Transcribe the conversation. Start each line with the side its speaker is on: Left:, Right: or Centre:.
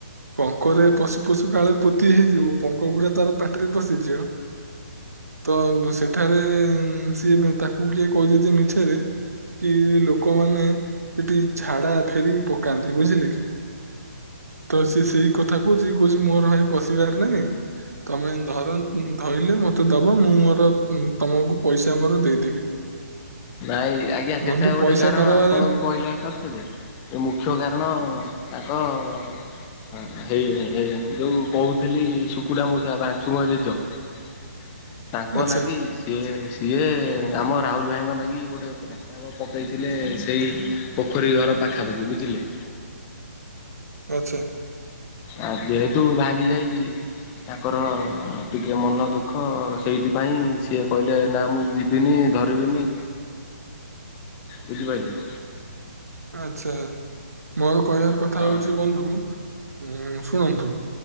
Right: ପଙ୍କରେ ପଶୁ ପଶୁ କାଳେ ପୋତି ହେଇଯିବ ପଙ୍କ ଗୁଡା ତାର ପାଟିରେ ପଶିଯିବ। ତ ସେଠାରେ ସିଏ ତାକୁ କିଏ କହୁଛନ୍ତି ମିଛରେ କି ଲୋକମାନେ ସେଠି ଝାଡା ଫେରିିକି ପକାନ୍ତି ବୁଝିଲେ କି। ତ ସିଏ ସେଇ କଥା କହୁଛି ଯିଏ କହୁଛି ମୋର ଭାଇ ପଶିବାର ନାହିଁ। ତମେ ଧର ଧରିଲେ ମତେ ଦବ ମୁଁ ମୋର ଉଁ ତମକୁ ପଇସା ଆମର ଦେଇଦେବି।
Left: ନାଇଁ ଆଜ୍ଞା ସେଟା
Right: ବନ୍ଧୁ
Left: ଗୋଟେ
Right: ପଇସା
Left: କାରଣ
Right: କାରବାର
Left: ଆପଣଙ୍କୁ କହିଲା କରିଛନ୍ତି ଯେ ଏ ମୁଖ୍ୟ କାରଣ ତାଙ୍କ ହଁ ହେଇ ହେଇ ଯୋଉ କହୁଥିଲି ଶୁକୁଡା ମଉସା ବାଂଞ୍ଚୁଗୁଆ ଜେଜ <inaudible> ତାଙ୍କ
Right: ଆଚ୍ଛା
Left: ନାଗି ସିଏ ସିଏ ଆମ ରାହୁଲ ଭାଇଙ୍କ ନାଗି ଗୋଟେ ପ୍ରସ୍ତାବ ପକେଇଥିଲେ ସେଇ ପୋଖରୀ ଘର ପାଖାପାଖି ବୁଝିଲେ।
Right: ଆଛା।
Left: ଆଉ ଯେହେତୁ ଭାଙ୍ଗି ଯାଇଚି ତାଙ୍କର ଟିକେ ମନ ଦୁଃଖ ସେଇଥିପାଇଁ ସିଏ କହିଲେ ନା ମୁଁ ଯିବିନି। ଧରିବିନି ବୁଝିପାଇଲେ?
Right: ଆଚ୍ଛା ମୋର କହିବାର କଥା
Left: ହଁ
Right: ହଉଚି ବନ୍ଧୁ ଶୁଣନ୍ତୁ।